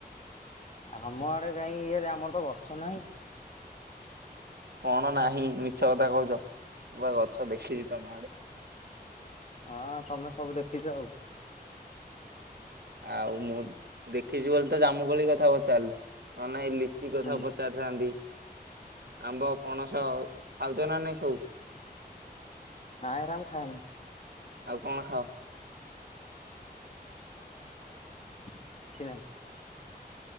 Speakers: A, on the left (about 45°); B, on the right (about 75°).
A: ଆମ ଆଡେ କାଇଁ ଇଏରେ ଆମର ତ ଗଛ ନାହିଁ।
B: କଣ ନାହିଁ ମିଛ କଥା କହୁଛ ମୁଁ ବା ଗଛ ଦେଖିଛି ତମ ଆଡେ।
A: ଅ ତମେ ସବୁ ଦେଖିଛ ଆଉ।
B: ଆଉ ମୁଁ ଦେଖିଛି ବୋଲି ତ ଜାମୁକୋଳି କଥା ପଚାରିଲି ନ ହେଲେ ନାଇଁ ଲିଚି କଥା
A: ହୁଁ
B: ପଚାରି ଥାନ୍ତି ଆମ୍ବ, ପଣସ ଖାଉଛ ନା ନାଇଁ ସବୁ?
A: ନାଇଁ ଏରା ମୁଁ ଖାଏନି।
B: ଆଉ କଣ ଖାଅ?
A: କିଛି ନାହିଁ।